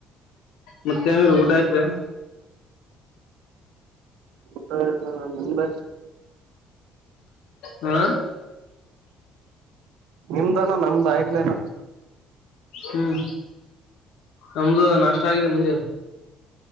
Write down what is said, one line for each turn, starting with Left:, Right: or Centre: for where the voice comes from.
Left: ಮತ್ತೆಂಗ ಊಟ ಆಯ್ತ್ರಿ
Right: ಊತ್ತ ಇಲ್ಲ ನಾ ಮು್ದೆ
Left: ಹಾ
Right: ನಿಮ್ದಾನ ನಮ್ದ ಆಗ್ಲನ
Left: ಹ್ಮ್ ನಮ್ದು ನಾಷ್ಟ ಆಗಿದೆ ಮುಂಜೆ